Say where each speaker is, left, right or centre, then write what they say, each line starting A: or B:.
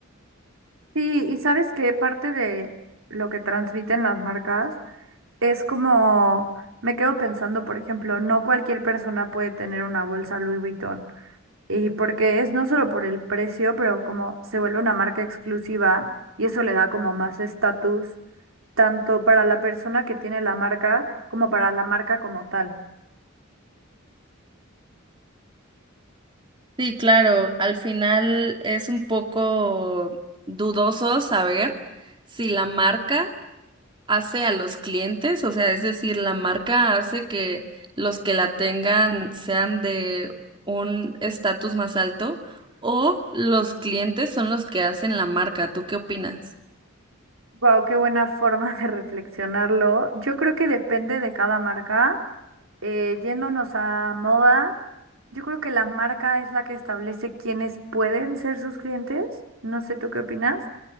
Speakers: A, on the right; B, on the right.
A: Sí, y sabes que parte de lo que transmiten las marcas es como, me quedo pensando, por ejemplo, no cualquier persona puede tener una bolsa Louis Vuitton. Y porque es no solo por el precio, pero como se vuelve una marca exclusiva y eso le da como más estatus, tanto para la persona que tiene la marca como para la marca como tal.
B: Sí, claro, al final es un poco dudoso saber si la marca hace a los clientes, o sea, es decir, la marca hace que los que la tengan sean de un estatus más alto o los clientes son los que hacen la marca. ¿Tú qué opinas?
A: Wow, qué buena <laughs> forma de reflexionarlo. Yo creo que depende de cada marca. Eh, yéndonos a moda, yo creo que la marca es la que establece quiénes pueden ser sus clientes. No sé tú qué opinas.